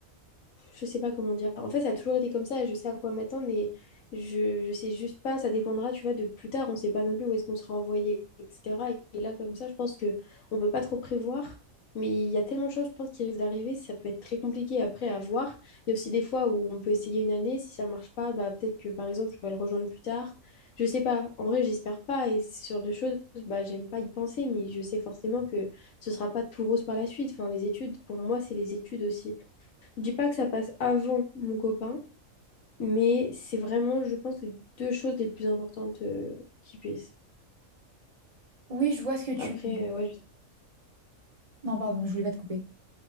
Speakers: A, on the left; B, on the right.
A: je sais pas comment dire. En fait, ça a toujours été comme ça. Je sais à quoi m'attendre, mais je, je sais juste pas. Ça dépendra, tu vois, de plus tard. On sait pas non plus où est-ce qu'on sera envoyé, etc. Et et là, comme ça, je pense que on peut pas trop prévoir. Mais il y a tellement de choses, je pense, qui risquent d'arriver. Ça peut être très compliqué après à voir. Il y a aussi des fois où on peut essayer une année. Si ça marche pas, bah, peut-être que, par exemple, tu vas le rejoindre plus tard. Je sais pas. En vrai, j'espère pas. Et sur deux choses, bah, j'aime pas y penser, mais je sais forcément que ce sera pas tout rose par la suite. Enfin, les études, pour moi, c'est les études aussi. Je dis pas que ça passe avant mon copain, mais c'est vraiment, je pense, les deux choses les plus importantes euh, qui puissent.
B: Oui, je vois ce que tu
A: Après,
B: veux dire.
A: euh, ouais. je-
B: Non, pardon, je voulais pas te couper.